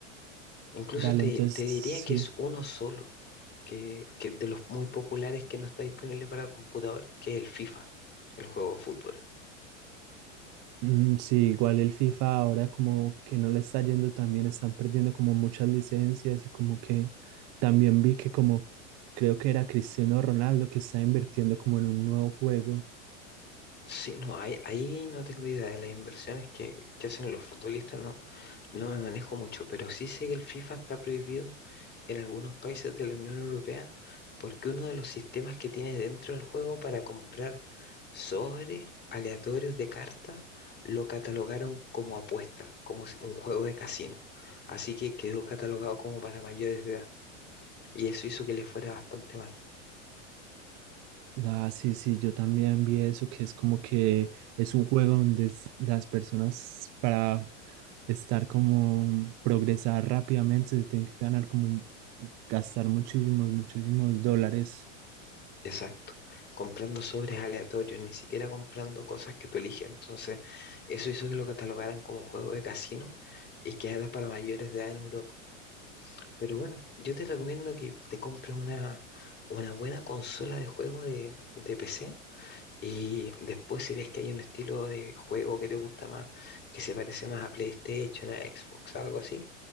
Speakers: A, on the left; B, on the right.
A: Incluso
B: Dale,
A: te,
B: entonces
A: te diría
B: sí.
A: que es uno solo, que, que de los muy populares que no está disponible para computador, que es el FIFA, el juego de fútbol.
B: Mm, Sí, igual el FIFA ahora como que no le está yendo tan bien, están perdiendo como muchas licencias y como que también vi que como creo que era Cristiano Ronaldo que está invirtiendo como en un nuevo juego.
A: Sí, no, ahí, ahí no tengo idea de las inversiones que, que hacen los futbolistas, no, No me manejo mucho, pero sí sé que el FIFA está prohibido en algunos países de la Unión Europea porque uno de los sistemas que tiene dentro del juego para comprar sobres aleatorios de carta lo catalogaron como apuesta, como si- un juego de casino. Así que quedó catalogado como para mayores de edad. Y eso hizo que le fuera bastante mal.
B: Ah, sí, sí, yo también vi eso, que es como que es un juego donde es- las personas para estar como progresar rápidamente se tienen que ganar como gastar muchísimos, muchísimos dólares.
A: Exacto. Comprando sobres aleatorios, ni siquiera comprando cosas que tú eliges. Entonces, eso hizo que lo catalogaran como juego de casino y que era para mayores de edad en Europa. Pero bueno, yo te recomiendo que te compres una, una buena consola de juego de, de PC y después si ves que hay un estilo de juego que te gusta más, que se parece más a PlayStation, a Xbox, algo así,